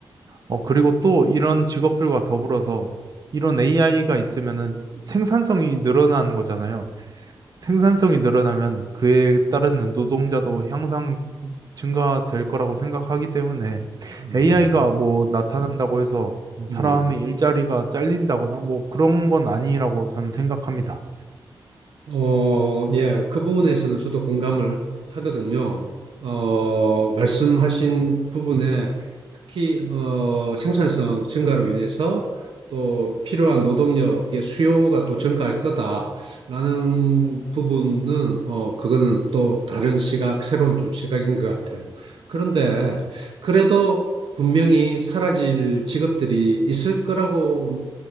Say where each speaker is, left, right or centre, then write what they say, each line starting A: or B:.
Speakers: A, on the right (about 45°); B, on the right (about 75°).
A: 어, 그리고 또 이런 직업들과 더불어서 이런 AI가 있으면은 생산성이 늘어나는 거잖아요. 생산성이 늘어나면 그에 따른 노동자도 향상 증가될 거라고 생각하기 때문에
B: 음,
A: AI가 뭐 나타난다고 해서 사람의
B: 음.
A: 일자리가 잘린다거나 뭐 그런 건 아니라고 저는 생각합니다.
B: 어, 예, 그 부분에서는 저도 공감을 하- 하거든요. 어, 말씀하신 부분에 특히 어, 생산성 증가로 인해서 또 필요한 노동력의 수요가 또 증가할 거다라는 부분은 어, 그거는 또 다른 시각, 새로운 좀 시각인 것 같아요. 그런데 그래도 분명히 사라질 직업들이 있을 거라고는